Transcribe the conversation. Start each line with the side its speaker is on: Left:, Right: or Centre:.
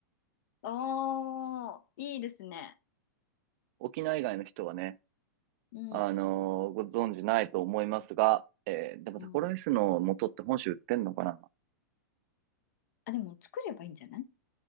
Left: おー、いいですね。
Right: 沖縄以外の人はね、
Left: うん、
Right: あのーご存知ないと思いますが、えーでもタコライスの素って本州売ってんのかな
Left: うん。あ、でも作ればいいんじゃない